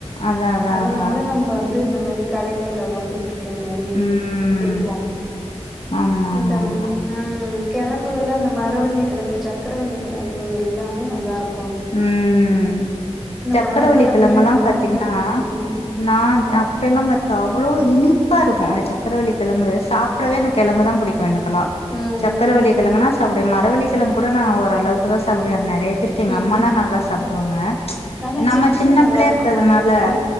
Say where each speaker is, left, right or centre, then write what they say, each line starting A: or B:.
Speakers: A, on the left (about 60°); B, in the centre.
A: அதா அதா
B: அதனால
A: அதா
B: நம்ம வந்து இந்த மாரிடைகல தா போய் கூடு இருக்கிற மாரி
A: ம்
B: இருக்கு
A: ஆமா
B: இந்த
A: ஆமா ஆமா
B: ம் கிழங்க எல்லா அத்த மாரி மரவள்ளி கிழங்கு சக்கரவள்ள கிழங்கு எல்லாமே நல்லா இருக்
A: ம் சக்கரவள்ளிகிழங்க
B: மழ காலத்துல
A: எல்லா
B: இதெல்லா
A: பாாரத்தீங்கன்னா
B: வந்துட்டு ம்
A: நான் அப்ப எல்லா பத்தா அவ்வளோ இனிப்பாக இருக்கு அந்த ச சக்கரவள்ளிகிழங்கு சா சாப்பிடவே என்க கிழங்கு தா பிடிக்கு எனக் க்கலா
B: ம்
A: சக்கரவள்ளிகிழங்குனா
B: ம்
A: அப்படிய மரவள்ளி கிழங்கு கூட நா ஓரளவுக்கு தா சாப்படுவே அது நெறைய எங்க
B: ம்
A: அம்மாலா
B: ம்
A: நல்லா சாப்பிடுவாங்க
B: ஆனா
A: நம்ம
B: சிப்ஸ்
A: சின்ன
B: நல்லா
A: பிள்ளைய
B: இருக்கு
A: இருக்கிறதுனால
B: மரவள்ளில